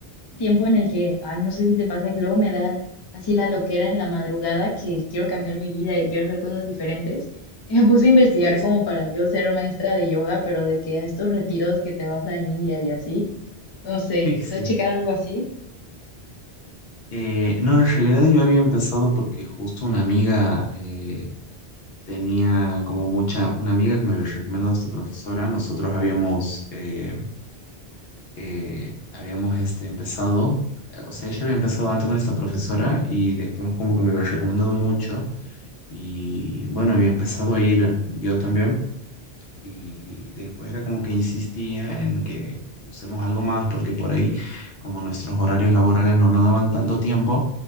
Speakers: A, on the left; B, on the left.
A: un tiempo en el que, ay, no sé si te pasa que luego me da así la loquera en la madrugada que quiero cambiar mi vida y quiero hacer cosas diferentes. <laughs> Y me puse a investigar
B: Sí, sí.
A: como para
B: <laughs>
A: yo ser maestra de yoga, pero de que a estos retiros que te vas a India y así. No sé.
B: Sí, sí.
A: ¿Tú has checado algo así?
B: Eh, no, en realidad yo había empezado porque justo una amiga eh, tenía como mucha, una amiga que me había recomendado esta profesora, nosotros habíamos... eh, eh, habíamos este, empezado, eh, o sea, ella había empezado antes con esta profesora y después como que me había recomendado mucho y bueno, había empezado a ir yo también y después era como que insistía en que usemos algo más porque por ahí como nuestros horarios laborales no nos daban tanto tiempo,